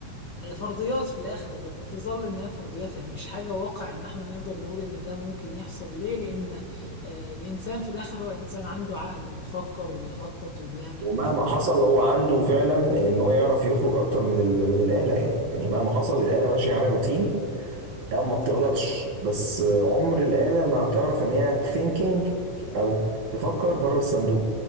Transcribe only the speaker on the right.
ومهما حصل هو عنده فعلا ان هو يعرف يخرج اكتر من ال... من الاله يعني يعني مهما حصل الاله ماشيه على روتين او ما بتغلطش بس عمر الاله ما هتعرف ان هي ثينكينج او تفكر بره الصندوق